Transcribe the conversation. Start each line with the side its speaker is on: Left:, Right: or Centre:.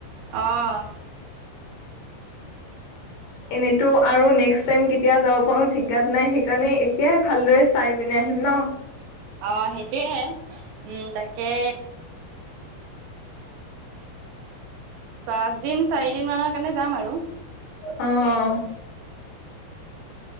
Right: অ'।
Left: এনেটো আৰু নেক্সট টাইম কেতিয়া যাব পাৰো ঠিকাত নাই, সেইকাৰণে এতিয়াই ভালদৰে চাই পিনে আহিম ন।
Right: অ' সেইটোয়ে উম তাকে। পাঁচ দিন, চাৰি দিন মানৰ কাৰণে যাম আৰু।
Left: অ', অ'।